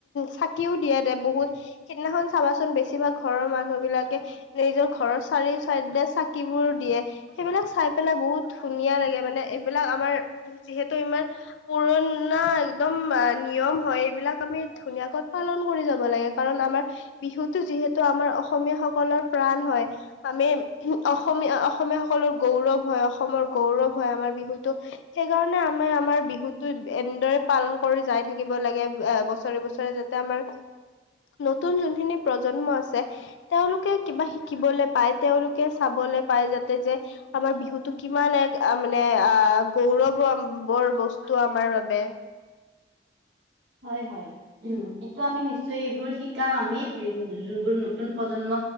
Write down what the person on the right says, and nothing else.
<inaudible> হয় হয় উ, এইটো আমি নিশ্চয় এইবোৰ শিকাম আমি, উ যোনবোৰ নতুন প্ৰজন্ম